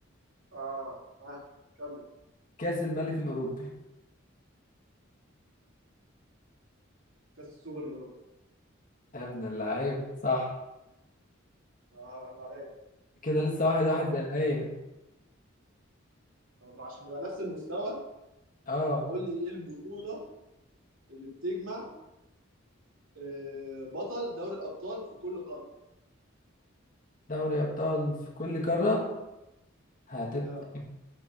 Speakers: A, on the right; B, on the left.
A: اه اه كمل
B: كاس الملك الاوروبي
A: كاس السوبر الاوروبي
B: يا ابن اللعيبة صح
A: اه عيب عليك
B: كده لسه واحد واحد
A: طب
B: زي ما هي
A: طب عشان نبقى نفس المستوى
B: اه
A: قول لي ايه البطولة اللي بتجمع آه، بطل دوري الابطال في كل قاره
B: دوري أبطال في كل قارة هتبقى
A: اه